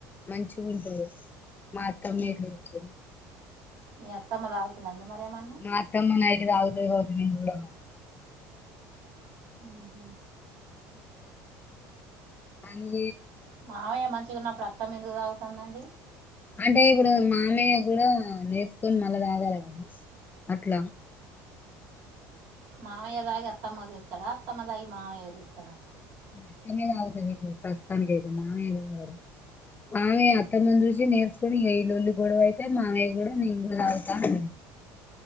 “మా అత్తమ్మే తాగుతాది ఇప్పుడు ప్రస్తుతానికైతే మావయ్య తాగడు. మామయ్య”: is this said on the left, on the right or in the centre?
Left